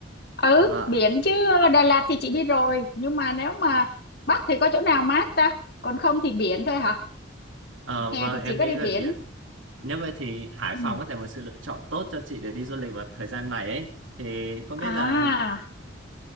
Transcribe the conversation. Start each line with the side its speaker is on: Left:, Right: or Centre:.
Left: ừ
Right: Vâng.
Left: biển chứ ờ, Đà Lạt thì chị đi rồi nhưng mà nếu mà Bắc thì có chỗ nào mát ta còn không thì biển thôi hả
Right: Ờ,
Left: hè
Right: vâng,
Left: thì
Right: em
Left: chỉ có
Right: nghĩ
Left: đi
Right: về
Left: biển
Right: biển. Nếu vậy thì Hải
Left: ừ.
Right: Phòng có thể một sự lựa chọn tốt cho chị để đi du lịch vào thời gian này ấy. Thì không biết
Left: à
Right: là